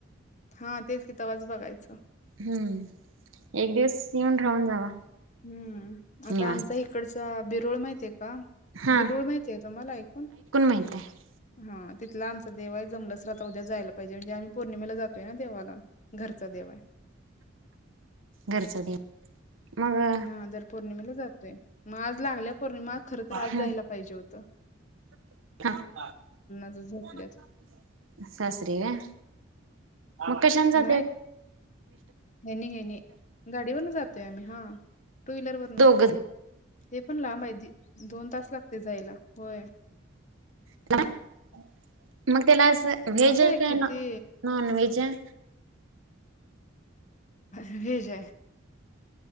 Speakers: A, on the left; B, on the right.
A: हा तेच कि तवाच बघायचं
B: हम्म एक दिवस येऊन राहून जावा
A: हम्म आता
B: निवांत
A: आमचा इकडचा बि रोळ माहिती का
B: हा
A: बिरुळ माहिती आहे तुम्हाला ऐकून
B: माहित आहे
A: हा तिथला आमचा देव आहे जमलस तर उद्या जायला पाहिजे, म्हणजे आम्ही पौर्णिमेला जातोय ना देवाला, घरचा देव हाय
B: घरचा देव मग
A: हा दर पौ र्णिमेला जातोय म आज लागल्या पौर्णिमा खर तर आज
B: ह
A: जायला पाहिजे होत
B: <unintelligible>
A: झोपल्यात.
B: सासरी काय म कशानी जात्यात
A: नाही हेनी हेनी गाडीवरन जातोय, आम्ही हा टू व्हीलर वरन
B: दोघं
A: ते पण लांब आहे दोन तास लागतय जायला होय
B: <unintelligible> त्याला अस व्हेज
A: लांब
B: हाय
A: आहे
B: काय
A: किती
B: न नॉन व्हेज हाय?
A: व्हेज हाय.